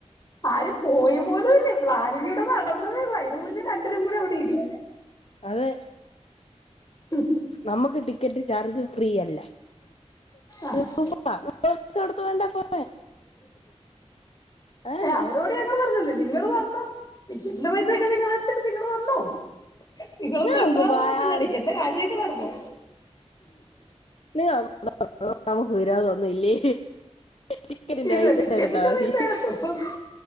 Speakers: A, on the left (about 35°); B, on the left (about 60°).
A: ആരും പോയിപോലും ഇല്ലേ പ്ലാനിങ്ങ് ഇവ്ടെ നടന്നതേള്ള് അയ്ന് മുന്നേ രണ്ട് രും കൂടി അവ്ടെ ഇടി.
B: അതെ
A: ഉം
B: നമ്മ്ക്ക് ടിക്കറ്റ് ചാർജ് ഫ്രീയല്ല
A: അഹ്
B: ടു <unintelligible> ച്ച് നട <unintelligible> ണ്ടെ പ അതാണ്
A: അവരോട് ഞങ്ങൾ പറഞ്ഞന്നേ നിങ്ങള് വ ന്നോ ടിക്കറ്റിന്റെ പൈസക്കെ നിങ്ങളെടുത്തിട്ട് നിങ്ങൾ വന്നോ നിങ്ങളെ കൊണ്ട്പോവാതെ
B: നമുക്ക് പോയാ
A: പോകത്തില്ല ടിക്കറ്റിന്റെ കാശ് നിങ്ങളെടുത്തോ
B: നി നമുക്ക് <unintelligible> നമുക്ക് വരാതന്ന നില്ലേ ടിക്കടിന്റെ
A: ഇല്ല
B: പൈസ
A: ടിക്കറ്റിന്റെ
B: എടുത്താൽമതി
A: പൈസ എടുത്തു